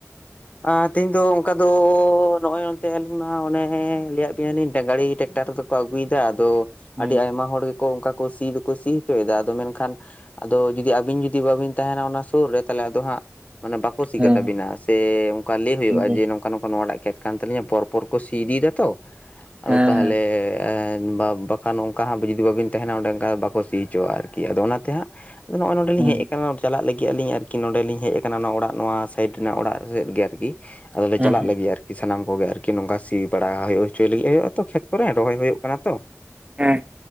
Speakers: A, on the left; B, on the right.
A: ᱟᱸ ᱛᱮᱦᱮᱧ ᱫᱚ ᱚᱱᱠᱟ ᱫᱚ ᱱᱚᱜᱼᱚᱭ ᱱᱚᱱᱛᱮ ᱟᱹᱞᱤᱧ ᱢᱟ ᱚᱱᱮ ᱞᱟᱹᱭᱟᱫ ᱵᱮᱱᱟᱞᱤᱧ ᱜᱟᱲᱤ ᱴᱮᱠᱴᱟᱨ ᱫᱚ᱾ ᱠᱚ ᱟᱹᱜᱩᱭ ᱮᱫᱟ ᱟᱫᱚ
B: ᱫᱚ
A: ᱟᱹᱰᱤ ᱟᱭᱢᱟ ᱦᱚᱲ ᱜᱮᱠᱚ ᱚᱱᱠᱟ ᱠᱚ ᱥᱤ ᱫᱚᱠᱚ ᱥᱤ ᱦᱚᱪᱚᱭ ᱮᱫᱟ ᱟᱫᱚ ᱢᱮᱱᱠᱷᱟᱱᱼᱼ ᱟᱫᱚ ᱡᱩᱫᱤ ᱟᱹᱵᱤᱱ ᱡᱩᱫᱤ ᱵᱟᱹᱵᱤᱱ ᱛᱟᱦᱮᱱᱟ ᱚᱱᱟ ᱥᱳᱨ ᱨᱮ ᱛᱟᱦᱚᱞᱮ ᱟᱫᱚ ᱦᱟᱸᱜ ᱢᱟᱱᱮ ᱵᱟᱠᱼᱼ ᱠᱚᱥᱤ
B: ᱦᱮᱸ
A: ᱠᱟᱛᱟ ᱵᱮᱤᱱᱟ ᱥᱮ ᱚᱱᱠᱟ ᱞᱟᱹᱭ ᱦᱩᱭᱩᱜᱼᱟ
B: ᱮᱠᱫᱚᱢ
A: ᱡᱮᱼᱼ ᱚᱱᱚ ᱱᱚᱝᱠᱟ ᱱᱣᱟᱜ ᱴᱟᱜ ᱠᱮᱛ ᱠᱟᱱ ᱛᱟᱞᱤᱧᱟ ᱯᱚᱨᱯᱚᱨ ᱠᱚ ᱥᱤ ᱤᱫᱤᱭ ᱫᱟ ᱛᱚ ᱟᱫᱚ
B: ᱦᱮᱸ
A: ᱛᱟᱦᱚᱞᱮᱼᱼ ᱵᱟᱠᱷᱟᱱ ᱚᱱᱠᱟ ᱦᱟᱸᱜ ᱡᱩᱫᱤ ᱵᱟᱹᱵᱤᱱ ᱛᱟᱦᱮᱱᱟ ᱚᱸᱰᱮ ᱚᱱᱠᱟ ᱵᱟᱠᱚ ᱥᱤ ᱦᱚᱪᱚᱼᱟ ᱟᱨᱠᱤ ᱟᱫᱚ ᱚᱱᱟᱛᱮ ᱦᱟᱸᱜᱼᱼ ᱟᱫᱚ ᱱᱚᱜᱼᱚᱭ ᱱᱚᱰᱮ
B: ᱦᱮᱸ
A: ᱞᱤᱧ ᱦᱮᱡ ᱟᱠᱟᱱᱟ ᱪᱟᱞᱟᱜ ᱞᱟᱹᱜᱤᱫ ᱟᱹᱞᱤᱧ ᱟᱨᱠᱤ ᱱᱚᱸᱰᱮ ᱞᱤᱧ ᱦᱮᱡ ᱟᱠᱟᱱᱟ ᱚᱱᱟ ᱚᱲᱟᱜ ᱱᱚᱣᱟ ᱥᱟᱭᱤᱰ ᱨᱮᱱᱟᱜ ᱚᱲᱟᱜ ᱥᱮᱫ ᱜᱮ᱾ ᱛᱤᱜᱤ ᱟᱫᱚᱞᱮ
B: ᱦᱮᱸ
A: ᱪᱟᱞᱟᱜ ᱞᱟᱹᱜᱤᱫ ᱟᱨᱠᱤ᱾ ᱥᱟᱱᱟᱢ ᱠᱚᱜᱮ ᱟᱨᱠᱤ ᱱᱚᱝᱠᱟ ᱥᱤ ᱵᱟᱲᱟ ᱦᱳᱭᱳᱜ ᱦᱚᱪᱚᱭ ᱞᱟᱹᱜᱤᱫ ᱦᱩᱭᱩᱜᱼᱟ ᱛᱚ ᱠᱷᱮᱛ ᱠᱚᱨᱮ ᱨᱚᱦᱚᱭ ᱦᱩᱭᱩᱜ ᱠᱟᱱᱟ ᱛᱚ᱾
B: ᱦᱮᱸ